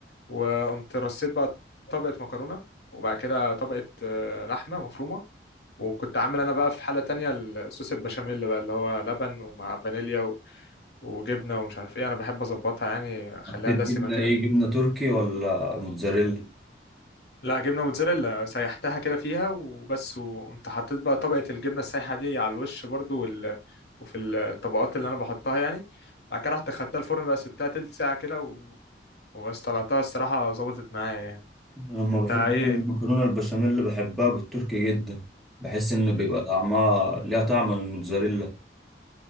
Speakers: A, on the left (about 70°); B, in the centre.
A: وقمت رصيت بقى طبقه مكرونه وبعد كده طبقه آه، لحمه مفرومه وكنت عامل انا بقى في حله تانية الصوص البشاميل بقى اللي هو لبن ومع فانيليا و... وجبنه ومش عارف ايه انا بحب اظبطها يعني اخليها
B: حطيت
A: دسمه
B: جبنه
A: كده
B: ايه جبنه تركي ولا موتزاريلا
A: لا جبنه موتزاريلا سيحتها كده فيها وبس وقمت حطيت بقى طبقه الجبنه السايحه دي على الوش برضو وال... وفي الطبقات اللي انا بحطها يعني بعد كده رحت خدتها الفرن بقى سبتها تلت ساعه كده وبس طلعتها الصراحة ظبطت معايا يعني
B: أنا لما
A: انت
B: بحب
A: ايه
B: أعمل المكرونه البشاميل اللي بحبها بالتركي جدا بحس ان بيبقى
A: بت...
B: طعمها ليها طعم من الموتزاريلا